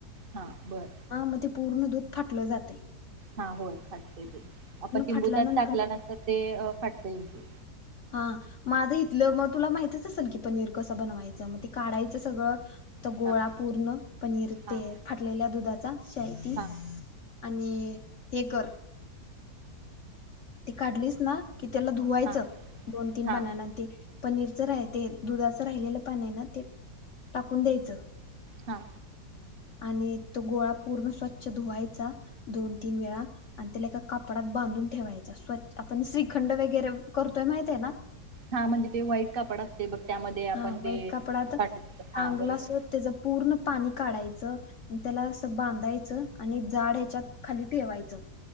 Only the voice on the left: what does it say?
हा म ते पूर्ण दूध फाटलं जातय.
फाटल्यानंतर
ना-
हा माझं इथलं मग तुला माहितच असल की पनीर कसं बनवायचं मग ते काढायचं सगळं तो गोळा
पूर्ण पनीर
ते फाटलेल्या दुधाात शाय ती
आणि हे कर ती काढलीस ना कि त्याला धुवायचं
दोन-तीन
पाण्यान ते पनीरचा राहते दुधाचं राहिलेलं पाणी आहे ना ते टाकून द्यायचं.
आणि तो गोळा पूर्ण स्वच्छ धुवायचा दोन-तीन वेळा आणि त्याला एका कापडात बांधून ठेवायचा स्वच्छ, आपण श्रीखंड वगैरे करतोय माहित आहे ना.
हा
व्हाइट कापडात
आ
ग्लासवर चांगल पूर्ण पाणी काढायचं. त्याला असं बांधायचं आणि गाड हेच्यात खाली ठेवायचं.